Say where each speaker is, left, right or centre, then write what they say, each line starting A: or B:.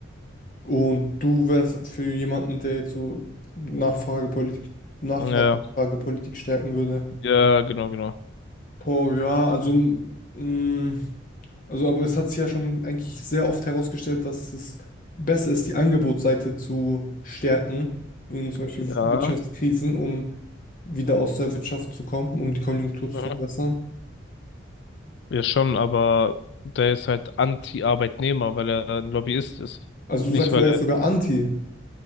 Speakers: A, on the left; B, on the left.
A: Und du wärst für jemanden, der jetzt so Nachfragepolitik, Nachfragepolitik
B: Ja,
A: stärken würde.
B: ja, genau, genau.
A: Boah, ja, also, mh, also, aber es hat sich ja schon eigentlich sehr oft herausgestellt, dass es besser ist, die Angebotsseite zu stärken in zum Beispiel
B: Ja,
A: Wirtschaftskrisen, um wieder aus der Wirtschaft zu kommen, um die Konjunktur zu
B: mhm.
A: verbessern.
B: ja schon, aber der ist halt Anti-Arbeitnehmer, weil er ein Lobbyist ist.
A: Also, du
B: Nicht,
A: sagst,
B: weil
A: er
B: er,
A: ist sogar anti.